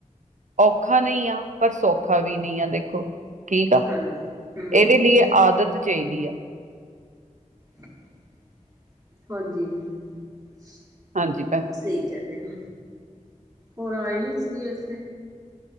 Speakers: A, on the right; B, on the right.
A: ਔਖਾ ਨਹੀਂ ਆ ਪਰ ਸੌਖਾ ਵੀ ਨਹੀਂ ਆ ਦੇਖੋ ਠੀਕ ਆ।
B: ਹਾਂਜੀ। ਹੂੰ,
A: ਇਹਦੇ ਲਈ ਆਦਤ ਚਾਹੀਦੀ ਆ।
B: ਹ <inaudible> ਹਾਂਜੀ। ਸਹੀ
A: ਹਾਂਜੀ ਭੈਣ
B: ਕਹਿ ਰਹੇ ਹੋ। ਹੋਰ ਆਏ ਨਹੀਂ ਸੀਗੇ। ਇਸ